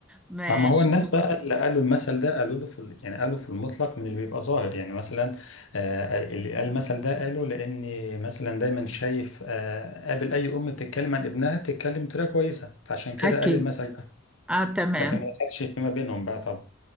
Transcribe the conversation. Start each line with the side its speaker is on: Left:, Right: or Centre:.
Centre: ماشي
Left: اما هو الناس بقى اللي قالوا المثل ده قالوا له في ال- يعني قالوا في المطلق من اللي بيبقى ظاهر يعني مثلا آه، اللي قال المثل ده قالوا لاني مثلا دايما شايف آه، قابل اي ام بتتكلم عن ابنها تتكلم بطريقه كويسه فعشان كده
Centre: اكيد
Left: قال المثل ده
Centre: اه تمام
Left: لكن ما دخلش فيما بينهم بقى طبعا